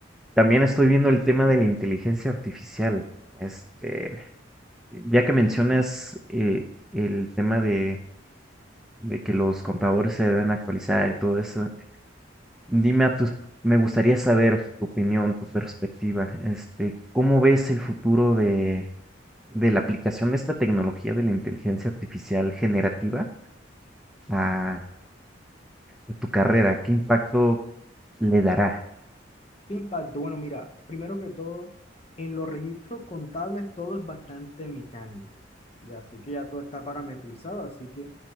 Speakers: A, in the centre; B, on the left.
A: también estoy viendo el tema de la inteligencia artificial. Este, ya que mencionas eh, el tema de de que los contadores se deben actualizar y todo eso. Dime a tus, me gustaría saber tu opinión, tu perspectiva, este, ¿cómo ves el futuro de, de la aplicación de esta tecnología de la inteligencia artificial generativa a, a tu carrera? ¿Qué impacto le dará?
B: ¿Qué impacto? Bueno, mira, primero que todo, en los registros contables todo es bastante mecánico, ya, así que ya todo está parametrizado, así que